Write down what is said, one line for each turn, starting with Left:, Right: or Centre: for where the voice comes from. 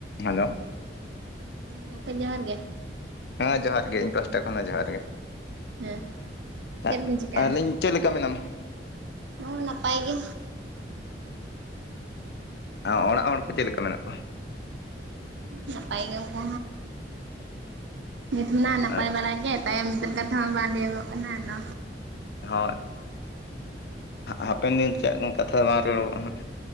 Left: Hello
Right: ᱜᱚᱢᱠᱮ ᱡᱚᱦᱟᱨ ᱜᱮ
Left: ᱦᱮᱸ ᱡᱚᱦᱟᱨ ᱜᱮ ᱤᱧ ᱯᱟᱥᱴᱟ ᱠᱷᱚᱱᱟᱜ ᱡᱚᱦᱟᱨ ᱜᱮ
Right: ᱦᱮᱸ ᱪᱮᱫ
Left: ᱟᱨ
Right: ᱵᱤᱱ ᱪᱤᱠᱟᱹᱜᱼᱟ?
Left: ᱟᱹᱞᱤᱧ ᱪᱮᱫ ᱞᱮᱠᱟ ᱢᱮᱱᱟᱢ
Right: ᱦᱚᱸ ᱱᱟᱯᱟᱭ ᱜᱮ
Left: ᱚ ᱚᱲᱟᱜ ᱦᱚᱲ ᱠᱚ ᱪᱮᱫ ᱞᱮᱠᱟ ᱢᱮᱱᱟᱜ ᱠᱚᱣᱟ?
Right: ᱱᱟᱯᱟᱭ ᱜᱮ ᱦᱚᱯᱚ ᱱᱤᱛ ᱢᱟ ᱱᱟᱯᱟᱭ
Left: ᱟᱪᱪᱷᱟ
Right: ᱵᱟᱲᱟ ᱜᱮ ᱛᱟᱭᱚᱢ ᱢᱤᱫᱤᱱ ᱠᱟᱛᱷᱟ ᱦᱚᱸ ᱵᱟᱝ ᱞᱮᱭᱚᱜᱚ ᱠᱟᱱᱟ ᱟᱫᱚ
Left: ᱦᱳᱭ ᱦᱟᱯᱮᱱ ᱫᱤᱱ ᱪᱮᱫ ᱠᱟᱛᱷᱟ ᱫᱚ ᱵᱟᱝ ᱨᱚᱲᱚᱜᱚᱜ-ᱟ ᱦᱟᱸᱜ